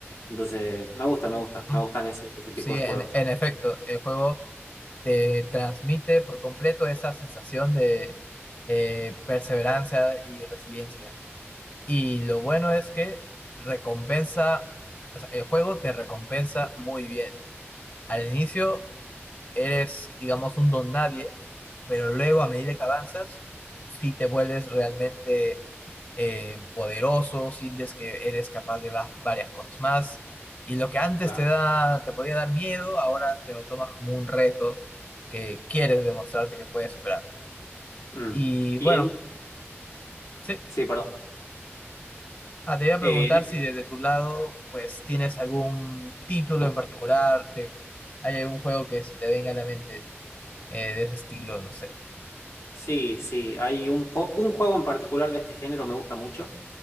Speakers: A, on the left; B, on the left.
A: Entonces, me gusta, me gusta,
B: Ujú.
A: me gustan ese, ese
B: Sí,
A: tipo de
B: en,
A: juegos.
B: en efecto, el juego te transmite por completo esa sensación de eh, perseverancia y resiliencia. Y lo bueno es que recompensa, o sea, el juego te recompensa muy bien. Al inicio eres, digamos, un don nadie. pero luego a medida que avanzas, si te vuelves realmente eh, poderoso, sientes que eres capaz de va- varias cosas más, y lo que antes
A: Claro.
B: te da, te podía dar miedo, ahora te lo tomas como un reto que quieres demostrarte que puedes superar.
A: Mm.
B: Y
A: Y
B: bueno,
A: en,
B: sí,
A: sí, perdón.
B: ah, te voy a preguntar
A: Eh, en este-
B: si desde tu lado, pues, tienes algún título en particular, te- hay algún juego que se te venga a la mente eh, de ese estilo, no sé.
A: sí, sí, hay un, jo- un juego en particular de este género me gusta mucho.